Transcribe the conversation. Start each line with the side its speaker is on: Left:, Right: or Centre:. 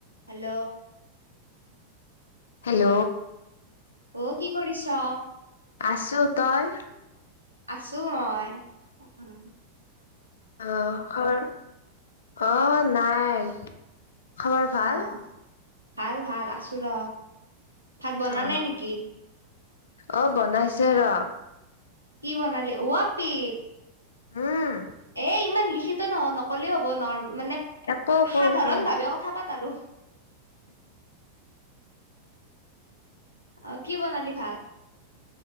Right: হেল্ল'।
Left: হেল্ল'।
Right: অ', কি কৰিছ?
Left: আছো তই?
Right: আছো মই অ'।
Left: অ', খৰ অ', নাই। খবৰ ভাল।
Right: অ ভাল, ভাল আছো ৰ। ভাত বনা
Left: অ
Right: নাই নেকি?
Left: অ', বনাইছে ৰ।
Right: কি বনালি ওআপি
Left: উম
Right: এ ইমান লিখিত তে নহয় নকলি হব নৰ্ম মানে
Left: কৌ কৌ
Right: সাধাৰণ
Left: কৌ
Right: ভাৱে কথা পাত আৰু অ', কি বনালি ভাত?